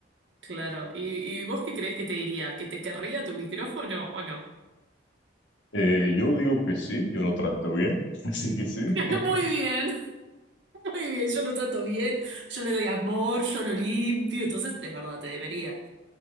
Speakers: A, on the right; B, on the left.
A: Claro. ¿Y, y vos qué crees que te diría? ¿Que te querría tu micrófono o no?
B: Eh, yo digo que sí, yo lo trato bien, <laughs> así que sí.
A: <laughs>
B: <laughs>
A: Muy bien, <laughs> muy bien. Yo lo trato bien, yo le doy amor, yo lo limpio. Entonces, es verdad, te debería.